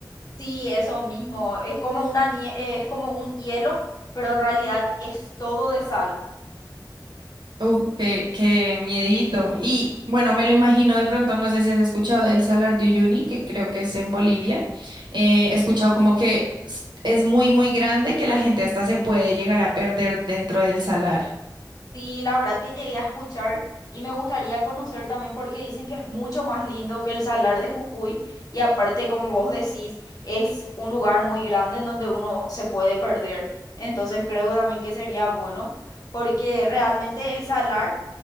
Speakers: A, on the left (about 55°); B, on the right (about 75°).
A: Sí, eso mismo, es como una nie- es como un hielo, pero en realidad es todo de sal.
B: Uf, qué, qué miedito. Y bueno, me lo imagino de pronto, no sé si has escuchado del Salar de Uyuni, que creo que es en Bolivia. Eh, he escuchado como que s- es muy, muy grande que la gente hasta se puede llegar a perder dentro del salar.
A: Sí, la verdad que llegué a escuchar y me gustaría conocer también porque dicen que es mucho más lindo que el Salar de Jujuy y aparte, como vos decís, es un lugar muy grande en donde uno se puede perder. Entonces creo también que sería bueno porque realmente el Salar,